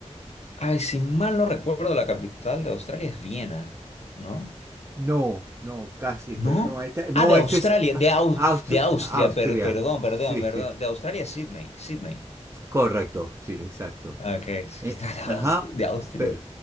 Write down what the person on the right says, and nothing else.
No, no, casi, pero
no, esa- no,
eso es
Aust-
Austria.
Sí,
sí,
correcto, sí, exacto.
Eh,
ajá,
per-